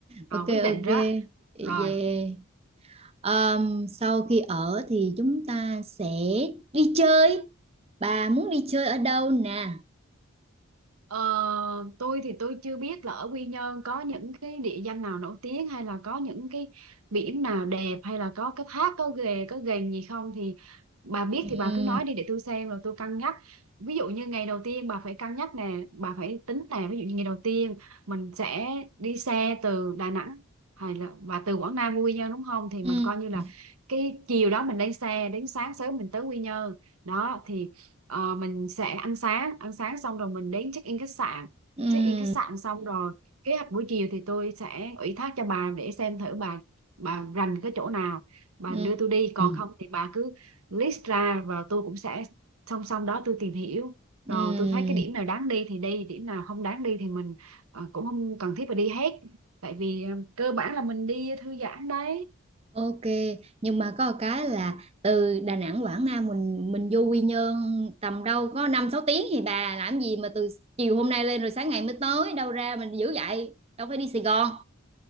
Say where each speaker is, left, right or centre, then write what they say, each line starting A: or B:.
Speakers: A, on the right; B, on the right.
A: rồi
B: ok
A: quyết
B: ok.
A: định đó
B: Yeah.
A: rồi
B: Ờm, sau khi ở thì chúng ta sẽ đi chơi. Bà muốn đi chơi ở đâu nè?
A: Ờ, tôi thì tôi chưa biết là ở Quy Nhơn có những cái địa danh nào nổi tiếng hay là có những cái biển nào đẹp hay là có cái thác có ghề có ghềnh gì không thì bà biết thì
B: Ừm,
A: bà cứ nói đi để tôi xem rồi tôi cân nhắc ví dụ như ngày đầu tiên bà phải cân nhắc nè bà phải tính nè ví dụ như ngày đầu tiên mình sẽ đi xe từ Đà Nẵng hay là và từ Quảng Nam qua Quy Nhơn đúng không thì
B: ừm,
A: mình coi như là cái chiều đó mình lên xe đến sáng sớm mình tới Quy Nhơn đó thì Ờ, mình sẽ ăn sáng ăn sáng xong rồi mình đến check in khách sạn
B: ừm,
A: check in khách sạn xong rồi kế hoạch buổi chiều thì tôi sẽ ủy thác cho bà để xem thử bà bà rành cái chỗ nào bà đưa
B: ừm,
A: tôi đi còn không thì bà cứ list ra và tôi cũng sẽ song song đó tôi tìm hiểu rồi
B: ừm.
A: tôi thấy cái điểm nào đáng đi thì đi điểm nào không đáng đi thì mình ờ, cũng không cần thiết phải đi hết tại vì ờ, cơ bản là mình đi thư giãn đấy
B: Ok, nhưng mà có một cái là từ Đà Nẵng Quảng Nam mình mình vô Quy Nhơn tầm đâu có 5 6 tiếng thì bà làm gì mà từ chiều hôm nay lên rồi sáng ngày mới tới đâu ra mình dữ vậy? Đâu phải đi Sài Gòn.